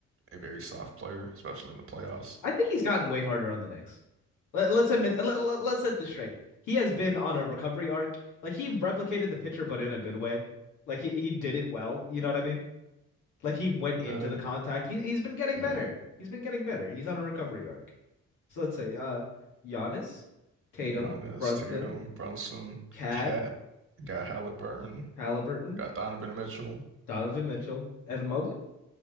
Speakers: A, on the right; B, on the left.
A: a very soft player, especially in the playoffs.
B: I think he's gotten way harder on the Knicks. Let, let's admit. Let, let, let's set this straight. He has been on a recovery arc. Like he replicated the pitcher, but in a good way. Like he he did it well. You know what I mean? Like he went into
A: Yeah,
B: the contact. He he's been getting
A: yeah.
B: better. He's been getting better. He's on a recovery arc. So let's say uh Giannis, Tatum,
A: Giannis,
B: Brunson,
A: Tatum, Brunson,
B: Cat,
A: Cat. got Halliburton,
B: Halliburton,
A: got Donovan Mitchell,
B: Donovan Mitchell, Evan Mobley.